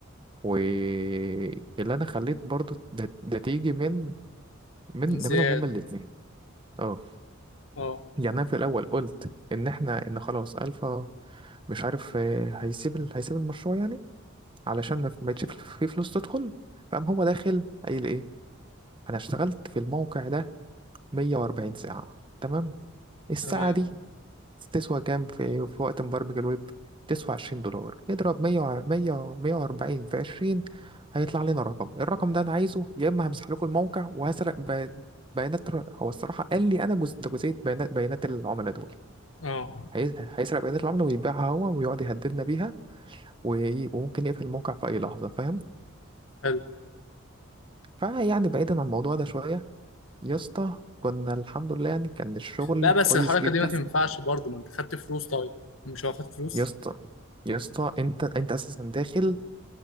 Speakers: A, on the right; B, on the left.
A: واللي انا خليت برضه ده, ده تيجي من من
B: من زياد
A: ده منهم هما الاتنين اه
B: اه
A: يعني انا في الاول قلت ان احنا ان خلاص الفا مش عارف آه، هيسيب ال- هيسيب المشروع يعني علشان ما بقتش في فلوس تدخل فقام هو داخل قايل ايه انا اشتغلت في الموقع ده 140 ساعه تمام الساعه
B: تمام
A: دي تسوى كام في, في وقت مبرمج الويب تسوى عشرين دولار اضرب مية وع- مية مية وأربعين في عشرين هيطلع لنا رقم الرقم ده أنا عايزه يا إما همسح لكم الموقع وهسرق ب- بيانات ر- هو الصراحة قال لي أنا جزء ده جزئية بيانات بيانات العملاء دول
B: اه
A: هي- هيسرق بيانات العملاء ويبيعها هو ويقعد يهددنا بيها وي- وممكن يقفل الموقع في أي لحظة فاهم
B: حلو
A: فيعني بعيدا عن الموضوع ده شوية يا اسطى كنا الحمد لله يعني كان الشغل
B: لا بس
A: كويس
B: الحركه
A: جدا
B: دي ما تنفعش برضه ما انت خدت فلوس طيب مش واخد فلوس
A: يا اسطى يا اسطى انت انت اساسا داخل